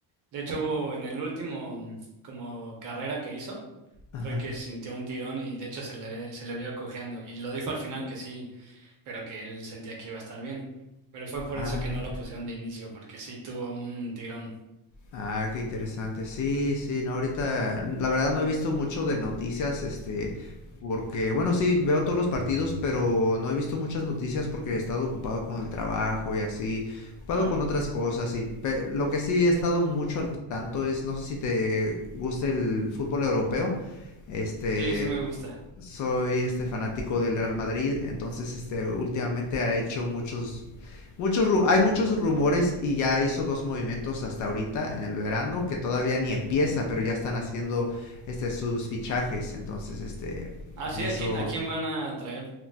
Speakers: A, on the right; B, on the left.
A: de hecho hubo en el último mm, como carrera que hizo,
B: ajá,
A: fue que sintió un tirón y de hecho se le ve, se le vio cojeando y lo dijo al final que sí, pero que él sentía que iba a estar bien, pero fue por
B: ah,
A: eso que no lo pusieron de inicio, porque sí tuvo un tirón,
B: Ah, qué interesante. Sí, sí, no, ahorita la verdad no he visto mucho de noticias, este, porque, bueno, sí, veo todos los partidos, pero no he visto muchas noticias porque he estado ocupado con el trabajo y así, ocupado
A: claro.
B: con otras cosas. Y pe- lo que sí he estado mucho al tanto es, no sé si te gusta el fútbol europeo, este,
A: Sí, sí me gusta.
B: soy este fanático del Real Madrid, entonces este últimamente ha hecho muchos muchos ru- hay muchos rumores y ya hizo dos movimientos hasta ahorita en el verano que todavía ni empieza, pero ya están haciendo este sus fichajes, entonces este
A: Ah, sí,
B: en eso
A: ¿a quién, a quién van a traer?